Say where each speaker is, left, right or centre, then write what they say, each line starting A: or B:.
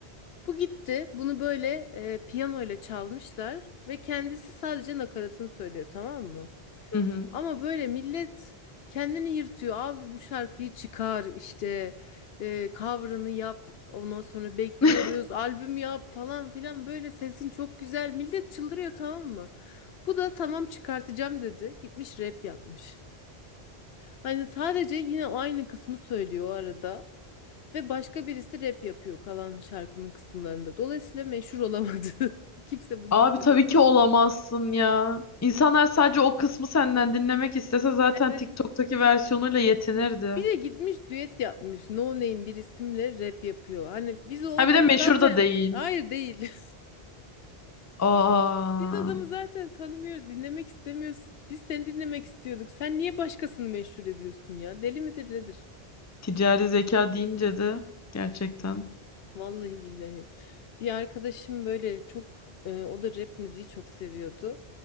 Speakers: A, on the left (about 70°); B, on the left (about 20°).
A: Bu gitti. Bunu böyle e, piyano ile çalmışlar ve kendisi sadece nakaratını söylüyor tamam mı?
B: Hı hı.
A: Ama böyle millet kendini yırtıyor. Abi bu şarkıyı çıkar işte e, cover'ını yap ondan sonra bekliyoruz
B: <laughs>
A: albüm yap falan filan böyle sesin çok güzel millet çıldırıyor tamam mı? Bu da tamam çıkartacağım dedi gitmiş rap yapmış. Hani sadece yine o aynı kısmı söylüyor o arada ve başka birisi rap yapıyor kalan şarkının kısımlarında. Dolayısıyla meşhur olamadı. <laughs> Kimse bunu
B: Abi
A: dinlemedi.
B: tabii ki olamazsın ya. İnsanlar sadece o kısmı senden dinlemek istese zaten
A: Evet.
B: TikTok'taki versiyonuyla yetinirdi.
A: Bir de gitmiş düet yapmış. No Name bir isimle rap yapıyor. Hani biz o
B: Ha
A: adamı
B: bir de meşhur
A: zaten
B: da değil.
A: hayır değil.
B: Aa,
A: <laughs> Biz adamı zaten tanımıyoruz, dinlemek istemiyoruz. Biz seni dinlemek istiyorduk. Sen niye başkasını meşhur ediyorsun ya? Deli midir nedir?
B: ticari zeka deyince de gerçekten.
A: Vallahi billahi. Bir arkadaşım böyle çok e, o da rap müziği çok seviyordu.